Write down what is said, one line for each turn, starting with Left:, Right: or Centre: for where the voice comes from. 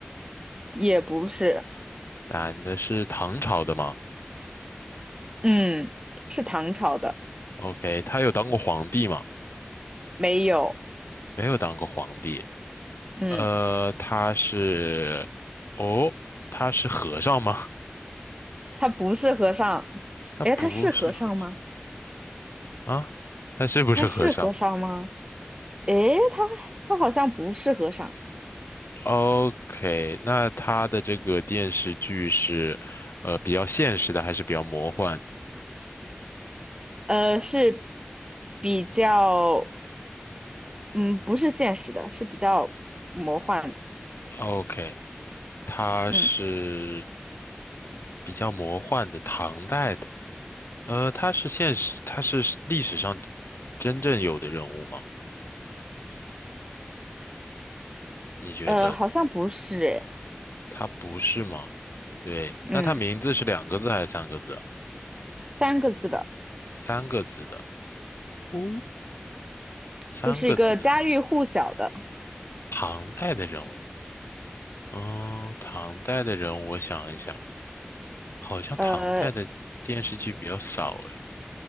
Right: 也不是，
Left: 男的是唐朝的吗？
Right: 嗯，是唐朝的，
Left: OK，他有当过皇帝吗？
Right: 没有，
Left: 没有当过皇帝。
Right: 嗯，
Left: 呃，他是，哦，他是和尚吗？
Right: 他不是和尚。
Left: <laughs> 他不是和
Right: 哎，他是和尚吗？
Left: 啊，他是不是和尚
Right: 他是和尚吗？哎，他他好像不是和尚。
Left: ？OK，那他的这个电视剧是，呃，比较现实的还是比较魔幻
Right: 呃，是比较，嗯，不是现实的，是比较魔幻的，
Left: ？OK，他是
Right: 嗯，
Left: 比较魔幻的，唐代的。呃，他是现实，他是历史上真正有的人物吗？你觉得
Right: 呃，好像不是，诶，
Left: 他不是吗？对，
Right: 嗯，
Left: 那他名字是两个字还是三个字啊
Right: 三个字的，
Left: 三个字的，哦，三个字的，
Right: 就是一个家喻户晓的，
Left: 唐代的人物，嗯，唐代的人物，我想一想，好像唐代的电视剧比较少诶。
Right: 呃，